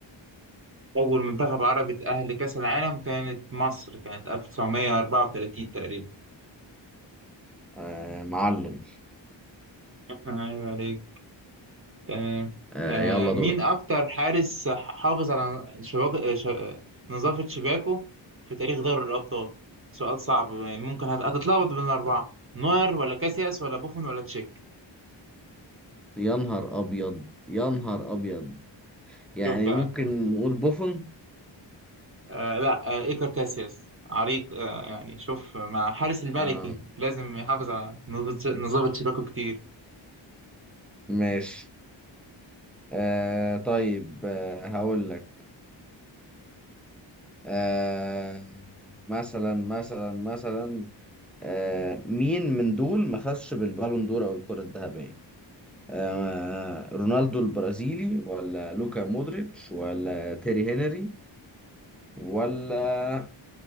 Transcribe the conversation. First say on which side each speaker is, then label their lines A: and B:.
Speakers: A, on the right; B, in the centre.
A: أول منتخب عربي اتأهل لكأس العالم كانت مصر كانت 1934 تقريبا
B: آه معلم
A: <laughs> عيب عليك تمام
B: <laughs> آه
A: آه
B: يلا
A: مين
B: دورك
A: أكتر حارس حافظ على شباك... آه، ش... آه، نظافة شباكه في تاريخ دوري الأبطال سؤال صعب ممكن هت... هتتلخبط بين الأربعة نوير ولا كاسياس ولا بوفون ولا تشيك
B: يا نهار ابيض يا نهار ابيض يعني
A: شوف بقى
B: ممكن نقول بوفون
A: آه لا آه إيكر كاسياس عريق آه يعني شوف مع حارس الملكي
B: آه
A: لازم يحافظ على نظام نظام شباكه كتير
B: ماشي آه طيب آه هقول لك آه مثلا مثلا مثلا آه مين من دول ما خدش بالبالون دور او الكرة الذهبية آه رونالدو البرازيلي ولا لوكا مودريتش ولا تيري هنري ولا